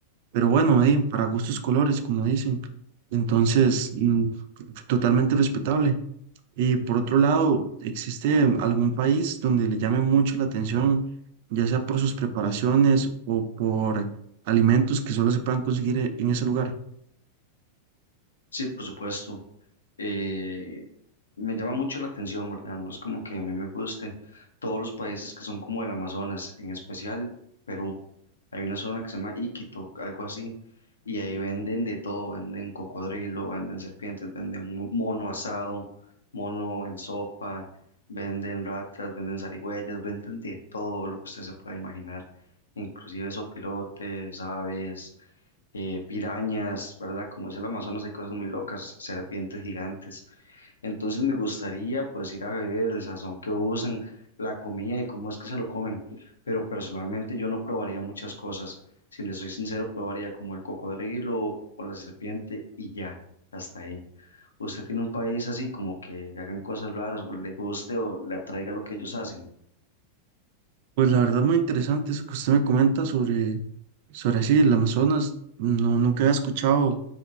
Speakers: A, on the right (about 50°); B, on the left (about 70°).
A: Pero bueno, eh, para gustos colores, como dicen. Entonces, mm, totalmente respetable. Y por otro lado, ¿existe algún país donde le llame mucho la atención, ya sea por sus preparaciones o por alimentos que solo se puedan conseguir e- en ese lugar?
B: Sí, por supuesto. eh, me llama mucho la atención, ¿verdad? No es como que a mí me guste todos los países que son como el Amazonas, en especial Perú. Hay una zona que se llama Iquito, algo así, y ahí venden de todo, venden cocodrilo, venden serpientes, venden mo- mono asado, mono en sopa, venden ratas, venden zarigüeyas, venden de todo lo que usted se pueda imaginar, inclusive sopilotes, aves, eh, pirañas, ¿verdad? Como es el Amazonas, hay cosas muy locas, serpientes gigantes. Entonces me gustaría pues ir a ver el sazón que usan, la comida y cómo es que se lo comen. Pero personalmente yo no probaría muchas cosas. Si les soy sincero, probaría como el cocodrilo o la serpiente y ya, hasta ahí. ¿Usted tiene un país así como que hagan cosas raras o le guste o le atraiga lo que ellos hacen?
A: Pues la verdad muy interesante eso que usted me comenta sobre, sobre así, el Amazonas. No, nunca había escuchado